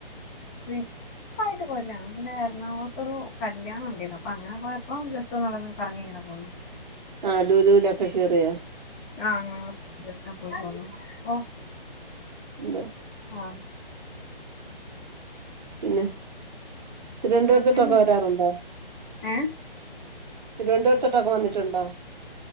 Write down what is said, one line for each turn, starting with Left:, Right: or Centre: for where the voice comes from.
Left: ട്രിപ്പായിട്ട് പോയിട്ടില്ല. അങ്ങനെ എറണാകുളത്തൊരു കല്യാണം ഉണ്ടിരുന്നു അപ്പൊ അങ്ങനെ പോയപ്പോ ജസ്റ്റ് ഒന്ന് കറങ്ങി ഇങ്ങനെ പോന്നു
Right: ആ ലൂലൂലൊക്കെ കേറിയോ
Left: ആ അങ്ങനെങ്ങനെ പോയിട്ടു വന്നു ഓ
Right: എന്താ
Left: ആ
Right: പിന്നെ തിരുവനന്തപുരത്തട്ടൊക്കെ
Left: ഏഹ് പിന്നെന്താ
Right: വരാറുണ്ടോ?
Left: ഏഹ്
Right: തിരുവനന്തപുരത്തോട്ടൊക്കെ വന്നിട്ടുണ്ടോ?